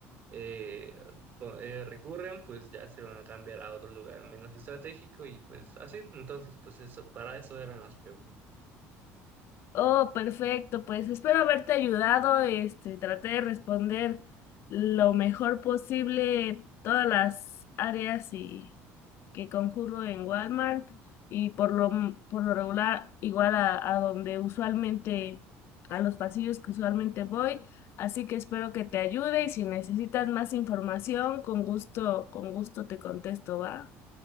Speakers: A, on the right (about 35°); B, on the left (about 50°).
A: eh, co- eh, recurren, pues ya se van a cambiar a otro lugar menos estratégico y pues así. Entonces, pues eso, para eso eran las preguntas.
B: Oh, perfecto, pues espero haberte ayudado. Este, traté de responder lo mejor posible todas las áreas y que concurro en Walmart y por lo m- por lo regular igual a, a donde usualmente a los pasillos que usualmente voy. Así que espero que te ayude y si necesitas más información, con gusto, con gusto te contesto, ¿va?